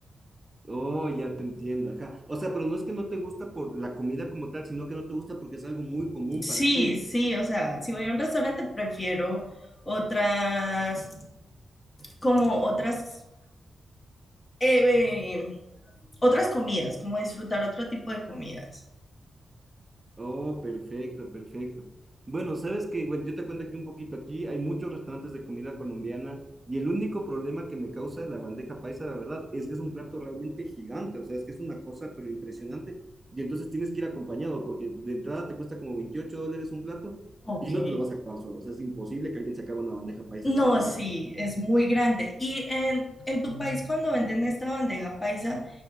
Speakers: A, on the right; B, on the left.
A: Oh, ya te entiendo, ajá. O sea, pero no es que no te gusta por la comida como tal, sino que no te gusta porque es algo muy común
B: Sí,
A: para ti.
B: sí, o sea, si voy a un restaurante prefiero otras, como otras, eh, eh, otras comidas, como disfrutar otro tipo de comidas.
A: Oh, perfecto, perfecto. Bueno, sabes que, bueno, yo te cuento aquí un poquito, aquí hay muchos restaurantes de comida colombiana y el único problema que me causa la bandeja paisa, la verdad, es que es un plato realmente gigante, o sea, es que es una cosa pero impresionante y entonces tienes que ir acompañado porque de entrada te cuesta como 28 dólares un plato
B: Ok.
A: y no te lo vas a acabar solo, o sea, es imposible que alguien se acabe una bandeja paisa
B: No,
A: completa.
B: sí, es muy grande. Y en, en tu país, cuando venden esta bandeja paisa,